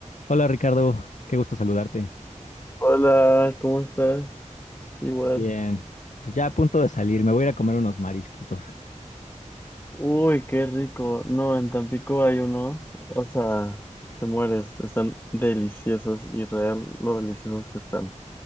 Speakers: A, on the left; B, on the left.
A: Hola Ricardo, qué gusto saludarte.
B: Hola, ¿cómo estás? Igual.
A: Bien, pues ya a punto de salir, me voy a ir a comer unos marisquitos.
B: Uy, qué rico. No, en Tampico hay unos, o sea, te mueres. Están deliciosos y real lo deliciosos que están.